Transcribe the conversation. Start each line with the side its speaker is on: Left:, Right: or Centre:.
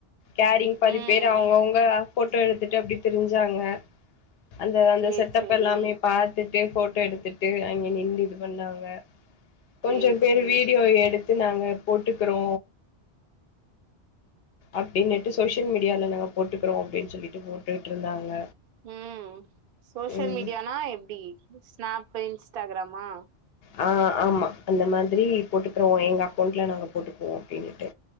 Left: கேரிங் பாதி
Right: ம்
Left: பேரு அவங்கவுங்க ஃபோட்டோ எடுத்துட்டு அப்டி திரிஞ்சாங்க அந்த அந்த
Right: சேரி
Left: செட்டப்
Right: சேரி
Left: எல்லாமே பாத்து ஃபோட்டோ எடுத்துட்டு அங்க நின்னு இது பண்ணாங்க கொஞ்சம்
Right: சேரி
Left: பேரு
Right: சேரி
Left: வீடியோ எடுத் து நாங்க போட்டுக்கிறோ அப்படின்னுட்டு சோசியல் மீடியால நாங்க போட்டு க்றோ அப்டின்னு சொல்லிட்டு போட்டுட்டு இருந்தாங்க
Right: ம், சோசியல்
Left: ம்.
Right: மீடியானா எப்டி ஸ்நாப், இன்ஸ்டாகிராமா
Left: ஆ, ஆமா அந்த மாதிரி போட்டுக்குறோ எங்க அக்கோண்ட்ல நாங்க போட்டுக்குவோ அப்டின்னுட்டு